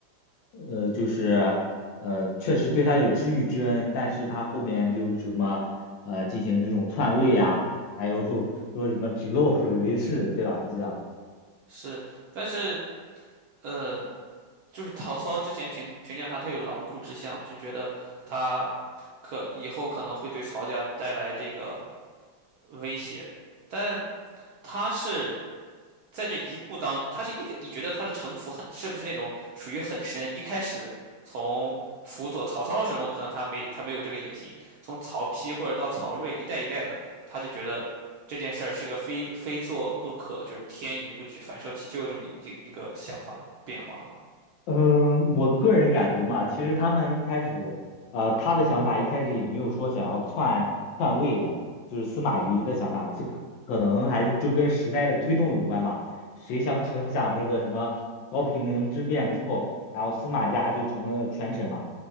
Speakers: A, on the left; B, on the right.
A: 呃，就是呃，确实对他有知遇之恩，但是他后面就什么呃，进行这种篡位呀、还有 <laughs> 说什么指鹿为马，对吧？你知道。
B: 是，但是呃，就是曹操之前评评价他，他有狼顾之相，就觉得他可以后可能会对曹家带来这个威胁，但他是在这一步当，他是一个你觉得他的城府很，是不是那种属于很深？一开始从辅佐曹操的时候呢，可能他没他没有这个野心，从曹丕或者到曹睿一代一代的，他就觉得这件事儿是个非非做不可，就是天与不取，反受其咎这么一一个想法的变化呢？
A: 嗯，我个人感觉嘛，其实他们一开始，呃，他的想法一开始也没有说想要篡篡位的，就是司马懿的想法，这个可能还是就跟时代的推动有关嘛。谁想成想那个什么高平陵之变之后，然后司马家就成了权臣嘛。